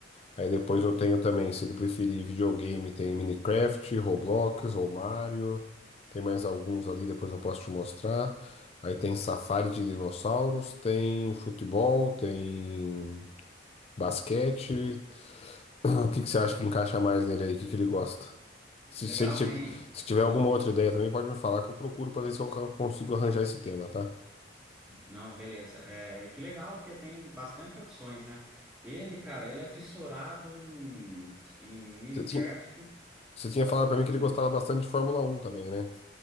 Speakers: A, on the left; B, in the centre.
A: Aí depois eu tenho também, se ele preferir videogame, tem Minecraft, Roblox ou Mario. Tem mais alguns ali, depois eu posso te mostrar. Aí tem Safari de dinossauros, tem futebol, tem Basquete. <clears throat> O que que você acha que encaixa mais nele aí? O que que ele gosta? Se,
B: Que legal,
A: se ele tiver,
B: tem.
A: se tiver alguma outra ideia também, pode me falar que eu procuro pra ver se eu ca- consigo arranjar esse tema, tá?
B: Não, beleza. É, e que legal, porque tem bastante opções, né? Ele, cara, ele é fissurado em, em Minecraft
A: Você tinha, você tinha falado pra mim
B: e
A: que ele gostava bastante de Fórmula um também, né?